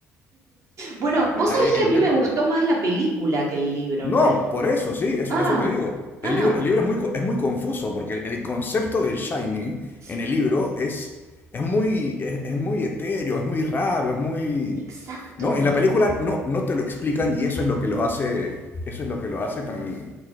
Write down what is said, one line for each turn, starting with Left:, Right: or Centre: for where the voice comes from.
Right: Bueno,
Left: a-
Right: vos
Left: ahí
Right: sabés
Left: el
Right: que a mí
Left: tema.
Right: me gustó más la película que el libro en
Left: No,
Right: realidad.
Left: por eso, sí, eso,
Right: Ah,
Left: eso te digo. El,
Right: ah,
Left: lib- el libro es muy, co- es muy confuso, porque el, concepto del Shining
Right: sí,
Left: en el libro es, es muy, es, es muy etéreo, es muy raro, es muy.
Right: exacto,
Left: ¿no? En la película no, no te lo explican y eso es lo que lo hace, eso es lo que lo hace tan,